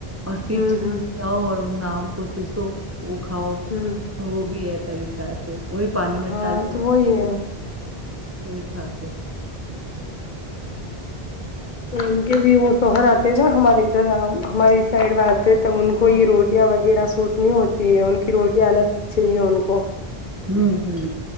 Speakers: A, on the right (about 15°); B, on the left (about 55°).
A: اور پھر
B: ہوں ہوں
A: جؤ اور نام کو تو سو وہ کھاؤ
B: ہوں
A: وہ بھی ہے طریق سے وہی پانی م
B: ہاں
A: ڈال کے
B: تو وہی ہے
A: پ ھاک
B: تو ان کے بھی وہ شوہر آتے ہیں نا ہمارے ادھر ہماری سائڈ میں آ تو ان
A: ہاں
B: کو یہ روٹیاں وغیرہ چوٹنی ہوتی ہے ان کی روٹی الگ چاہیے ان کو
A: ھمم ھممم